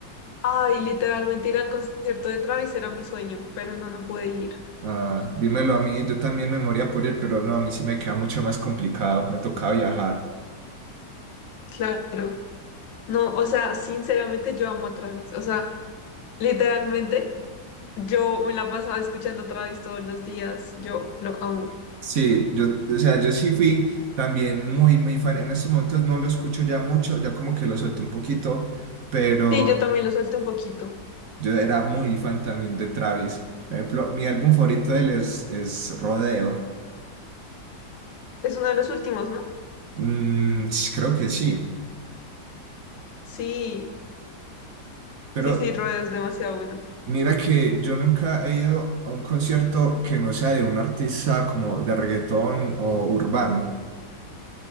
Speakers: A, on the left; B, on the right.
A: Ay, literalmente ir al concierto de Travis era mi sueño, pero no, no pude ir.
B: Ah, dímelo a mí, yo también me moría por él, pero no, a mí sí me queda mucho más complicado, me tocaba viajar.
A: Claro. No, o sea, sinceramente yo amo a Travis. O sea, Literalmente, yo me la pasaba escuchando Travis todos los días. Yo lo amo.
B: Sí, yo, o sea, yo sí fui también muy, muy fan. En estos momentos no lo escucho ya mucho, ya como que lo suelto un poquito, pero
A: Sí, yo también lo suelto un poquito.
B: yo era muy fan también de Travis. Por ejemplo, mi álbum favorito de él es, es Rodeo.
A: Es uno de los últimos, ¿no?
B: Mm, sí, creo que sí,
A: Sí,
B: pero
A: sí, sí, Rodeo es demasiado bueno.
B: mira que yo nunca he ido a un concierto que no sea de un artista como de reggaetón o urbano.